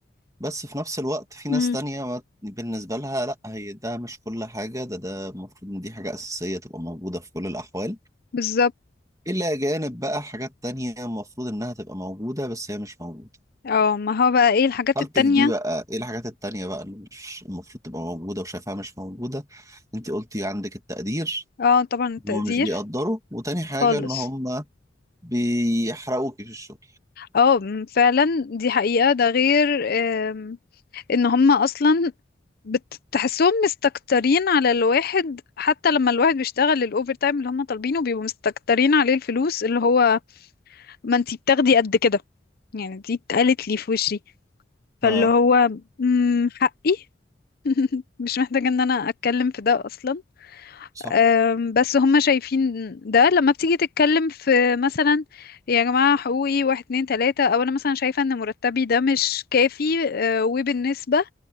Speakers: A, on the right; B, on the left.
A: بس في نفس الوقت في ناس
B: امم
A: تانية ما- بالنسبة لها لأ هي ده مش كل حاجة ده ده المفروض إن دي حاجة أساسية تبقى موجودة في كل الأحوال
B: بالظبط
A: إلا جانب بقى حاجات تانية المفروض إنها تبقى موجودة بس هي مش موجودة
B: اه ما هو بقى ايه الحاجات
A: حالتك
B: التانية
A: دي بقى إيه الحاجات التانية بقى اللي مش المفروض تبقى موجودة وشايفها مش موجودة أنت قلتي عندك التقدير
B: اه طبعا التقدير
A: إن هما مش بيقدروا وتاني حاجة
B: خالص
A: إن هما بيحرقوكي في الشغل
B: اه م- فعلا دي حقيقة ده غير آم، ان هما اصلا بتحسهم مستكترين على الواحد حتى لما الواحد بيشتغل الاوفر تايم اللي هما طالبينه بيبقوا مستكترين عليه الفلوس اللي هو ما انتي بتاخدي قد كده يعني دي اتقالت لي في وشي فاللي
A: آه
B: هو مم، حقي مش محتاجة ان انا اتكلم في ده اصلا
A: صح
B: أم، بس هما شايفين ده لما بتيجي تتكلم في مثلا يا جماعة حقوقي واحد اتنين تلاتة او انا مثلا شايفة ان مرتبي ده مش كافي أه، وبالنسبة